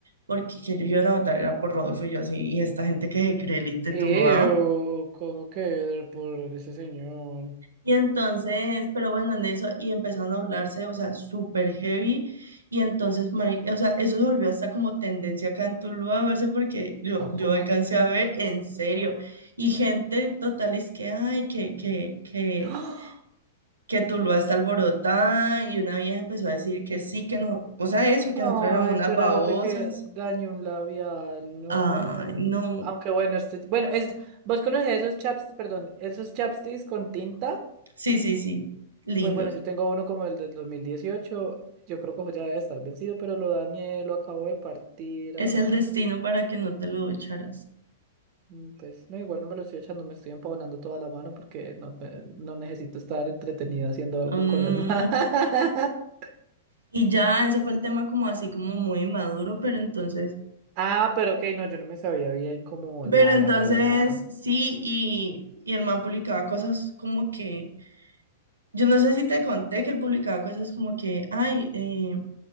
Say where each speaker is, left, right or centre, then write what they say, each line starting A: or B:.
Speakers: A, on the right; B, on the right.
A: porque que ellos iban a votar era por Rodolfo y yo así, y esta gente que se cree elite,
B: Ew,
A: tú lo
B: ¿cómo que por ese señor?
A: Y entonces, pero bueno, en eso, y empezaron a hablarse, o sea, súper heavy. Y entonces, mari- o sea, eso se volvió hasta como tendencia acá en Tuluá, parce, porque yo,
B: ¿A
A: yo
B: poco?
A: alcancé a ver, en serio. Y gente total es que, ay, que, que, que,
B: <gasps> ah
A: que Tuluá está alborotada. Y una vieja empezó a decir que sí, que no, o sea, eso, que
B: Ay,
A: nosotras éramos unas
B: espérate
A: babosas.
B: que dañé un labial, no.
A: Ay, no.
B: Aunque bueno, este, bueno, es, vos conocés esos chaps, perdón, esos chapsticks con tinta.
A: Sí, sí, sí, lindos.
B: Pues bueno, yo tengo uno como el del 2018. Yo creo que ya debe estar vencido, pero lo dañé, lo acabo de partir.
A: Es
B: ah,
A: el destino para que no te lo echaras.
B: mm, Pues no, igual no me lo estoy echando, me estoy empavonando toda la mano porque no, te- no necesito estar entretenido haciendo algo
A: Mm.
B: con las manos. <laughs>
A: Y ya, ese fue el tema como así como muy maduro, pero entonces,
B: Ah, pero ok, no, yo no me sabía bien como la,
A: pero entonces
B: la huevonada.
A: sí, y, y el man publicaba cosas como que, yo no sé si te conté que él publicaba cosas como que, ay, eh,